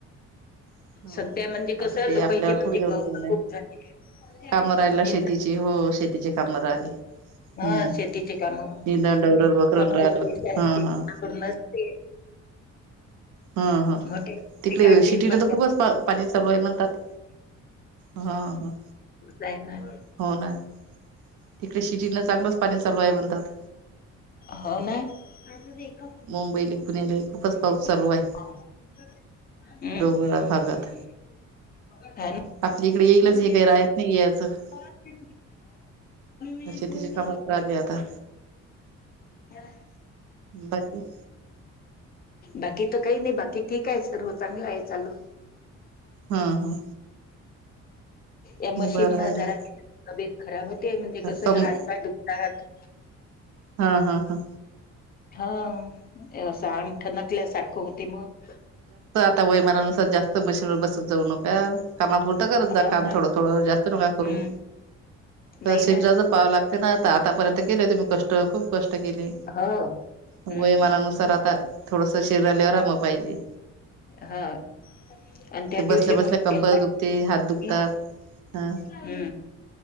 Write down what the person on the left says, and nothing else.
सध्या म्हणजे कस
लोकचे
म्हणजे
<unintelligible> ग खूप
झाले
नि
हा
शेतीची काम <inaudible>
कोणावर
पैसे
असतील
थड <unintelligible> नसते
मोठे
<inaudible> काढतील
पण
<inaudible>
जाय ना
हो ना <inaudible> असंच एक
हम्
<inaudible>
ह ना
<inaudible>
म्हणजे
कमी मिनिट
बोलण
<inaudible>
बाकी <inaudible> तर काही नाही बाकी ठीक आहे सर्व चांगला आहे चालू
या <unintelligible>
मशीन
न
जरा तबेत खराब ते म्हणजे कस
हात पाय दुखतात <inaudible>
हा <inaudible> असं अंग ठणकल्यासारखं होते मग
हो
ना
हम्म नाही ना
हो हम्म
हा
हा. आणि त्या
दिवशी
मग
त्याला
<inaudible>
हम्म